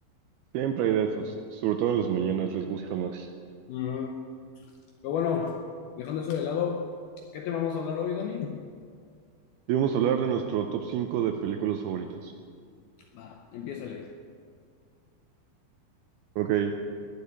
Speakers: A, on the right (about 80°); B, on the left (about 80°).
A: Siempre hay de esos. Sobre todo en las mañanas les gusta más.
B: Ujú. Pero bueno, dejando eso de lado, ¿qué te vamos a hablar hoy, Dani?
A: Y vamos a hablar de nuestro top 5 de películas favoritas.
B: Va, empiézale.
A: Ok.